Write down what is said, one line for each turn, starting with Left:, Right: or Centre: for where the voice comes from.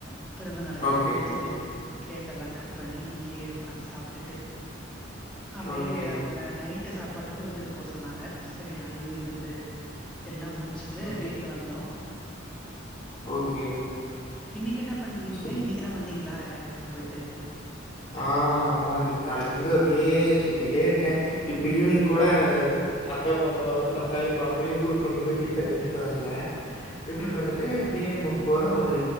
Centre: பிறந்த நாளுக்
Left: ஓகே.
Centre: போய்க் குடுத்துட் ட்டு கேக் எல்லா கட் பண்ணி அங்கயே உக்காந்த் சாப்டுட்டு அப்டியே
Left: ஓகே.
Centre: அவங்க நைட்டு சாப்பாட்டுக்கு இருந்துட்டு போ சொன்னாங்க சரி அதயு இருந்து எல்லா முடிச்சுட்டு
Left: ஓகே.
Centre: நேத்து வந்தோ
Left: ஓகே.
Centre: இன்னைக்கு என்னா பண்ணீங்க
Left: சூப்
Centre: நீங்க இன்னைக்குதா வந்தீங்களா எல்லாரு வீட்டுக்கும் போய்ட்டு
Left: ஆ ஆம்மா இன்னிக் காலேலருந்து அப்டியே சுத்திட்டே இருக்கே இப்ப ஈவ்னிங் கூட அக்கா பாப்பா அக்காவையு பாப்பாவையு ஊருக்கு கொண்டு போய் ரிட்டன் விட்டுட்டு வந்தே விட்டுட்டு
Centre: ஆ
Left: வந்துட்டு இப்டியே முப்போ ஒரு